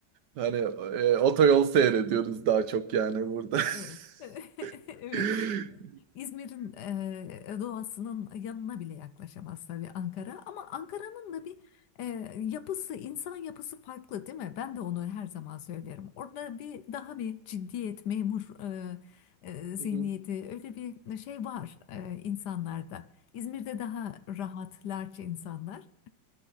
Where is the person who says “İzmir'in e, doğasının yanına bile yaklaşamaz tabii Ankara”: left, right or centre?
Left